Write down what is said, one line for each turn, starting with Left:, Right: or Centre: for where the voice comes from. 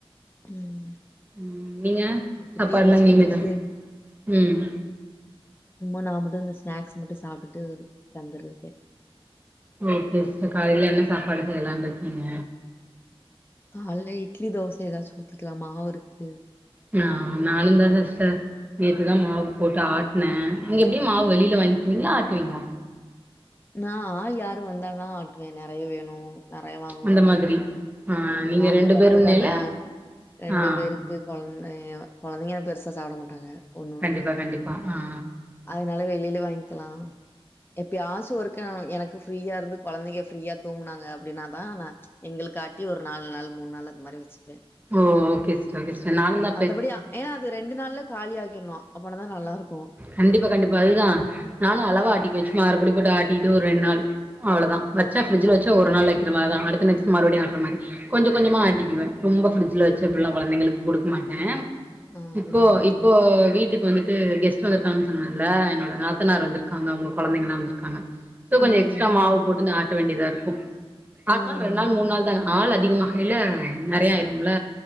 Left: ம்
Right: ம்
Left: நானுமே
Right: நீங்க
Left: அவங்களுக்கு
Right: சப்பாட்லா
Left: டீ வச்சு
Right: நீங்லேதா
Left: குடுத்துட்டு
Right: உம்
Left: சும்மா நா மட்டு இந்து ஸ்நாக்ஸ் மட்டு சாப்ட்டுட்டு க்காந்துருக்கே
Right: ஓகே சிஸ்ட காலில என்ன சாப்பாடு செய்லான்றுக்கீங்க
Left: கால்ல இட்லி தோச ஏதாச் ஊத்திக்கலா மாவுருக்கு
Right: நா நானுன்தா தஸ்ஸ நேத்துதா மாவ் போட்டு ஆட்ன நீங்க எப்டி மாவ் வெளில வாய்ன்குவீங்ளா ஆட்டுவீங்ளா
Left: நா ஆல் யாரு வந்தாதா ஆட்டுவே நெறைய வேணு நெறைய வாங்கணு
Right: அந்த
Left: அப்டின்
Right: மாதிரி
Left: ஆ
Right: நீங்க
Left: நாங்க
Right: ரெண்டு
Left: மட்டுன்
Right: பேருன்னேல
Left: தான ரெண்டு
Right: ஆ
Left: பேருக்கு கொழ்ந்தைய்யு கொழந்தைங்க பெருசா சாப்ட மாட்டாங்க ஒண்ணு
Right: கண்டிப்பா
Left: ஒண்ணுதா
Right: கண்டிப்பா ஆ
Left: அதனால வெளில வாய்ன்க்கலா எப்யாச் து ஒருக்கா எனக்கு ஃப்ரீயா இருந்து கொழந்தைங்க ஃப்ரீயா தூங்குனாங்க அப்டின்னா தா நா எங்களுக் ஆட்டி ஒரு நாலு நாள் மூன் நாள் அது மாரி வெச்சுப்ப
Right: மோ ஒகே சிஸ் ச்சோக்கே சிஸ்ட்டு நானுன்தா
Left: அத்தபடியா ஏன்னா அது ரெண்டு நாள்ல காலியாக்கிர்னு அப்பனா தா நல்லாருக்கு
Right: கண்டிப்பா கண்டிப்பா அதுதா நானு அளவா ஆட்டிக் வெச் மறுப்டி போட் ஆட்டிட்டு ஒ ரெண் நாள் அவ்ளதா வச்சா ஃப்ரிஜுல வச்சா ஒரு நால் லைக்கிற மா தா அடுத்த நெக்ஸ்ட் மறுபடி ஆட்ற மாரி கொஞ்ச கொஞ்சமா ஆட்டிக்குவே ரொம்ப ஃப்ரிஜுல வெச்சு அப்புல்லா கொழந்தைங்களுக் குடுக் மாட்டேம்
Left: ஆ
Right: இப்போ
Left: அதனால தாங்க.
Right: இப்போ வீட் திப் வந்துட்டு கெஸ்ட் வந்துருக்காங்கன் சொன்னல்ல என்னோட நாத்தனார் வந்திர்க்காங்க அவ்ங்க கொழந்தைங்கலா வந்துர்க்காங்க சோ கொஞ்ச
Left: ம்.
Right: எக்ஸ்ட்ரா மாவு போட்டு ஆட்ட வேண்டிதா இருக்கு ஆட்நால்
Left: ம்.
Right: ரெண் நாள் மூண் நாள் தன் ஆள் அதிகமாஹைல நெறைய ஆய்ரும்ல